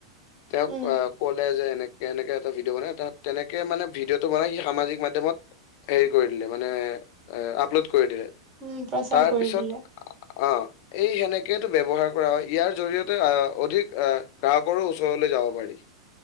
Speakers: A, on the left; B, on the right.
A: তেওঁক
B: উম
A: অ ক'লে যে এনেকে এনেকে এটা ভিডিঅ' বনাই এ তেনেকে মানে ভিডিঅ'টো বনাই সি সামাজিক মাধ্যমত- হেৰি কৰি দিলে মানে আপলোড কৰি দিলে।
B: উম প্ৰচাৰ
A: তাৰপিছত-
B: কৰি দিলে
A: অঁ' এই সেনেকেটো ব্যৱহাৰ কৰা হয়। ইয়াৰ জৰিয়তে আহ অধিক আহ গ্ৰাহকৰো- ওচৰলৈ যাব পাৰি।